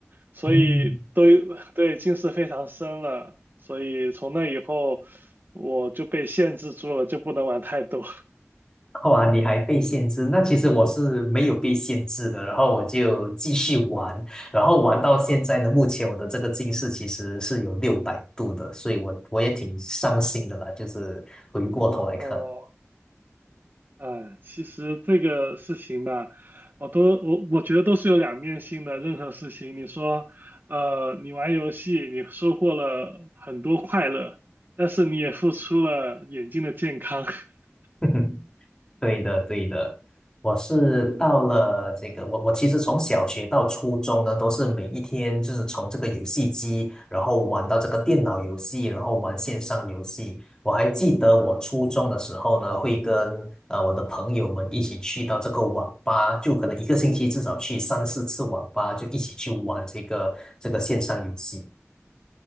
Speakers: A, on the right; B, on the left.
A: 所以都有
B: 嗯
A: <laughs> 对近视非常深了。所以从那以后，我就被限制住了，就不能玩太多。
B: 哇，你还被限制？那其实我是没有被限制的，然后我就继续玩，然后玩到现在呢，目前我的这个近视其实是有六百度的，所以我我也挺伤心的啦，就是回过头来看。
A: <laughs> 哦，哎，其实这个事情吧，我都我我觉得都是有两面性的。任何事情，你说，呃，你玩游戏，你收获了很多快乐，但是你也付出了眼睛的健康。<laughs>
B: <laughs> 对的，对的，我是到了这个，我我其实从小学到初中呢，都是每一天就是从这个游戏机，然后玩到这个电脑游戏，然后玩线上游戏。我还记得我初中的时候呢，会跟呃我的朋友们一起去到这个网吧，就可能一个星期至少去三四次网吧，就一起去玩这个这个线上游戏。